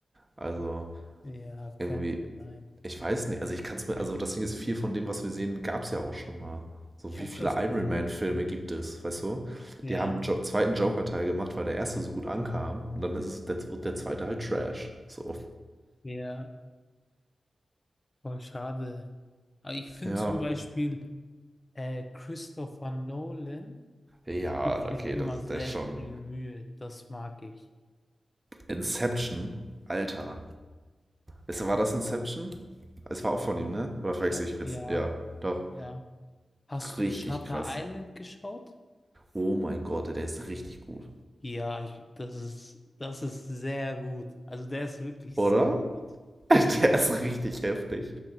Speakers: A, on the right; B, on the left.
A: Also,
B: Ja, könnte
A: irgendwie,
B: sein.
A: Ich weiß nicht, also ich kann es mir, also das Ding ist, viel von dem, was wir sehen, gab es ja auch schon mal. So
B: Ich
A: wie
B: habe
A: viele
B: das Gefühl,
A: Iron Man-Filme gibt es, weißt du?
B: ja,
A: Die haben einen jo zweiten Joker-Teil gemacht, weil der erste so gut ankam und dann ist es, der, der zweite halt Trash. So,
B: ja, voll schade. Aber ich finde
A: ja.
B: zum Beispiel, äh, Christopher Nolan
A: Ja,
B: gibt
A: okay,
B: sich immer
A: das ist
B: sehr
A: das ist schon.
B: viel Mühe. Das mag ich.
A: Inception, Alter. Weißt du, war das Inception? Es war auch von ihm, ne? Oder verwechsel
B: Ja,
A: ich jetzt?
B: ja,
A: Ja, doch.
B: ja. Hast
A: Richtig
B: du Shutter
A: krass.
B: Island geschaut?
A: Oh mein Gott, der ist richtig gut.
B: Ja, ich, das ist, das ist sehr gut. Also der ist wirklich
A: Oder?
B: sehr gut.
A: <laughs> Der ist richtig heftig.